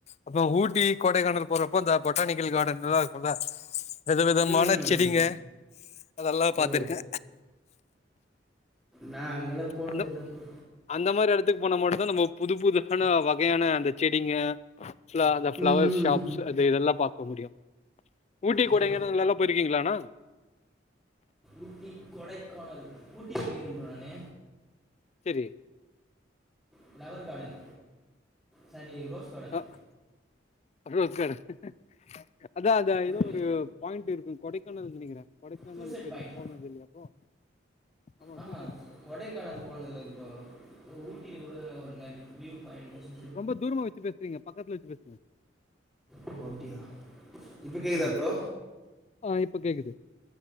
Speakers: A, on the left (about 35°); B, in the centre.
A: அதோ ஊட்டி கொடைக்கானல் போறப்போந்த பொட்டானிக்கல் கார்டன் நல்லா இருக்குல்ல வெதவிதமான
B: ம் ம்,
A: செடிங்க
B: ம்.
A: அதெல்லா பாத்துருக்கே
B: ஓ நா அங்கலா போனதில்ல
A: அந்த
B: ப்ரோ
A: அந்த மாரி எடத்துக்கு போனா மட்டுதா நம்ம புது புது ஆன வகையான அந்த செடிங்க ஃபிளா அந்த ஃபிளவர்ஸ்
B: ம் ம்.
A: ஷாப்ஸு அது இதெல்லா பாக்க முடியு ஊட்டி
B: ஓ
A: கொடைக்கானல்லல்லா போயிருக்கீங்களாணா
B: ஊட்டி கொடைக்கானல் ஊட்டி போயிருக்கிறேம் ப்ரோ நானு
A: செரி
B: flower garden sorry rose garden
A: அ ரோஸ் கார்டன் அதா அதா
B: புரியல
A: ஏதோ ஒரு பாயிண்ட்டிருக்கு கொடைக்கானல் நெனைக்கிறே கொடைக்கானல்
B: சூசைட்
A: பொயிருக்
B: பாயிண்ட்
A: போனதில்லையா அப்போ ஆமா
B: ஆ
A: சூசைட் பாயிண்ட்
B: கொடைக்கானல் போனதில்ல ப்ரோ ப்ரோ ஊட்டியில கூடன ஒரு நரி வியூ பாயிண்டு சொ
A: ரொம்ப தூரமா வச்சி பேசுறீங்க பக்கத்ல வச்சி பேசுங்க
B: ஓ அப்டியா இப்ப கேக்குதா
A: ஆமா
B: ப்ரோ
A: ஆ இப்ப கேக்குது